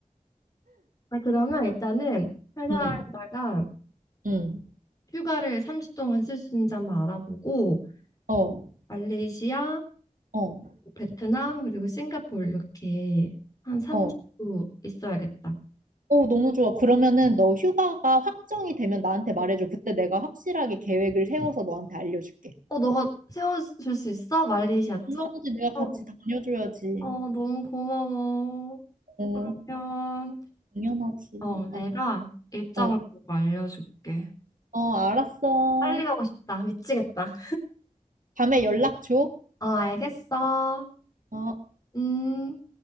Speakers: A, on the left; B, on the right.
A: 아, 그러면 일단은 회사에다가
B: 응. 응.
A: 휴가를 3주 동안 쓸 수 있는지 한번 알아보고
B: 어,
A: 말레이시아,
B: 어,
A: 베트남, 그리고 싱가포르 이렇게 한 3주
B: 어.
A: 있어야겠다.
B: 어, 너무 좋아. 그러면은 너 휴가가 확정이 되면 나한테 말해줘. 그때 내가 확실하게 계획을 세워서 너한테 알려줄게.
A: 어, 너가 세워줄 수 있어? 말레이시아
B: 당연하지.
A: 쪽?
B: 내가
A: 어,
B: 같이 다녀줘야지.
A: 어, 너무 고마워.
B: 어,
A: 그러면
B: 당연하지.
A: 어, 내가
B: 어,
A: 일정을
B: 어,
A: 꼭 알려줄게.
B: 어, 알았어.
A: 빨리 가고 싶다. 미치겠다.
B: 밤에 연락 줘.
A: 어, 알겠어.
B: 어.
A: 음.